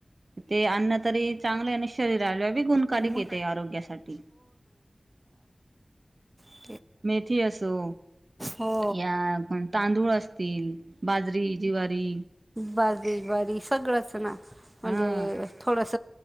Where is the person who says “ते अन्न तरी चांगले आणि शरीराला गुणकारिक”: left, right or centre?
Right